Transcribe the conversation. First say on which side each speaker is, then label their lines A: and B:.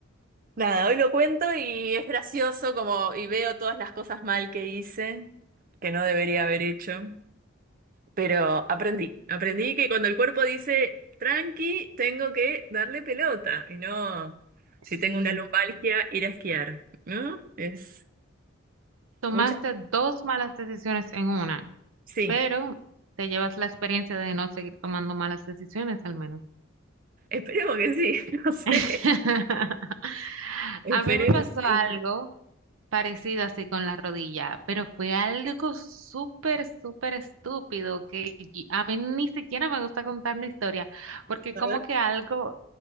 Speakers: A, on the right (about 45°); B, on the right (about 80°).
A: Nada, hoy lo cuento y es gracioso como, y veo todas las cosas mal que hice, que no debería haber hecho. Pero aprendí, aprendí que cuando el cuerpo dice tranqui, tengo que darle pelota y no, si
B: Si
A: tengo una lumbalgia, ir a esquiar, ¿no? Es
B: tomaste
A: mucha.
B: dos malas decisiones en una,
A: Sí,
B: pero te llevas la experiencia de no seguir tomando malas decisiones al menos.
A: esperemos que sí, <laughs> no sé,
B: <laughs>
A: esperemos
B: A mí me pasó
A: que
B: algo
A: sí.
B: parecido así con la rodilla, pero fue algo súper, súper estúpido que y- a mí ni siquiera me gusta contar la historia, porque
A: A
B: como
A: ver.
B: que algo